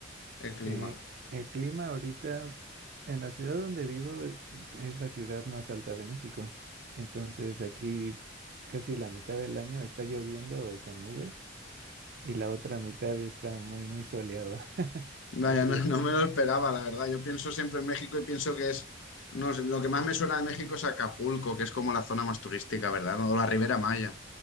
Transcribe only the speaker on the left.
el clima?
Vaya,
no,
no
me lo esperaba, la verdad. Yo pienso siempre en México y pienso que es, no sé, lo que más me suena de México es Acapulco, que es como la zona más turística, ¿verdad? O la Ribera Maya.